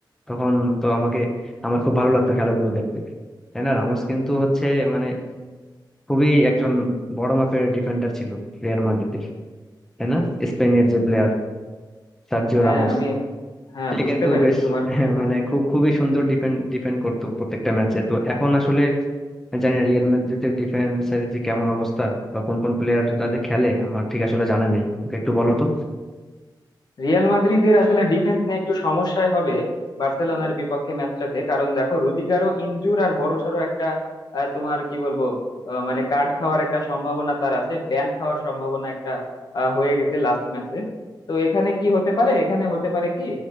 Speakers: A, in the centre; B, on the left.
A: তখন তো আমাকে আমার খুব ভালো লাগতো খেলাগুলো দেখতে তাই না রামোস কিন্তু হচ্ছে মানে খুবই একজন বড় মাপের ডিফেন্ডার ছিল রিয়াল মাদ্রিদের তাই না স্পেনের যে প্লেয়ার সার্জিও
B: হ্যাঁ
A: রামোস
B: আমি হ্যাঁ
A: সে
B: বুঝতে
A: কিন্তু
B: পেরেছি
A: বেশ
B: তোমার
A: <laughs>
B: কথাটা
A: মানে খুব খুবই সুন্দর ডিফেন্ড ডিফেন্ড করতো প্রত্যেকটা ম্যাচে তো এখন আসলে আমি জানি না রিয়াল মাদ্রিদের ডিফেন্স এর যে কেমন অবস্থা বা কোন কোন প্লেয়াররা যে খেলে আমার ঠিক আসলে জানা নেই একটু বলো তো
B: রিয়াল মাদ্রিদের আসলে ডিফেন্স নিয়ে একটু সমস্যায় হবে বার্সেলোনার বিপক্ষে ম্যাচটাতে কারণ দেখো রুদিগারও ইনজুর আর বড়সড় একটা আহ, তোমার কি বলবো আহ, মানে কার্ড খাওয়ার একটা সম্ভাবনা তার আছে ব্যান খাওয়ার সম্ভাবনা একটা আহ, হয়ে গেছে লাস্ট ম্যাচে তো এখানে কি হতে পারে এখানে হতে পারে কি